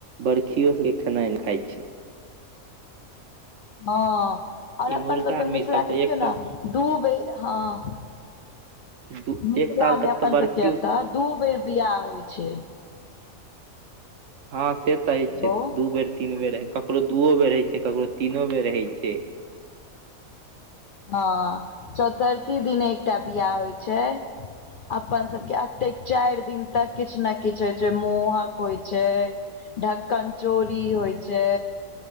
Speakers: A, on the right; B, on the left.
A: बर्खियो सबके खेनाइ नय खाइ छै।
B: हँ आओर अपन
A: इम्हुरका
B: सभ
A: आदमी
B: केँ मिथिलाे
A: सब तऽ
B: देखियौ
A: एक साल
B: नऽ दू बेर हँ।
A: दू
B: मिथिला
A: एक साल तक
B: मे अपन
A: तऽ बरखियो
B: सबके एतऽ दू बेर बियाह होइ छै।
A: हँ से तऽ हय छै
B: ओ
A: दू बेर तीन बेर हय ककरो दूओ बेर होइ छै ककरो तीनो बेर होइ छै।
B: हँ चतुर्थी दिन एकटा बियाह होइ छै। अपन सबके एतेक चाइर दिन तक किछ नय किछ होइ छै मोहक होइ छै। ढक्कन चोरी होइ छै।